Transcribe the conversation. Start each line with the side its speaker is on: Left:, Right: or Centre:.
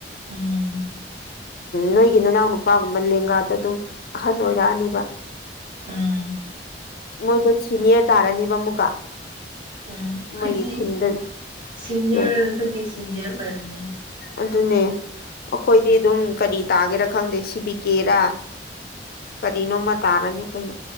Right: ꯎꯝ
Left: ꯅꯣꯏꯒꯤ ꯅꯅꯥꯎ ꯅꯨꯄꯥꯒꯨꯝꯕ ꯂꯦꯡꯒꯥꯗ ꯑꯗꯨꯝ ꯑꯍꯟ ꯑꯣꯏꯔꯛꯑꯅꯤꯕ꯫
Right: ꯎꯝ
Left: ꯃꯣꯏꯗ ꯁꯤꯅꯤꯌꯔ ꯇꯥꯔꯅꯤꯕ ꯑꯃꯨꯛꯀ꯫
Right: ꯎꯝ
Left: ꯃꯣꯏꯒꯤ
Right: ꯍꯥꯏꯗꯤ
Left: ꯈꯨꯟꯗ
Right: ꯁꯤꯅꯤꯌꯥꯔꯗꯒꯤ
Left: ꯂꯩꯕ
Right: ꯁꯤꯅꯤꯌꯥꯔ ꯑꯣꯏꯔꯦꯕ꯫
Left: ꯑꯗꯨꯅꯦ ꯑꯩꯈꯣꯏꯗꯤ ꯑꯗꯨꯝ ꯀꯔꯤ ꯇꯥꯒꯦꯔꯥ ꯈꯪꯗꯦ ꯁꯤꯕꯤꯀꯦꯔꯥ꯫ ꯀꯔꯤꯅꯣꯃ ꯇꯥꯔꯅꯤ ꯑꯩꯈꯣꯏꯅ꯫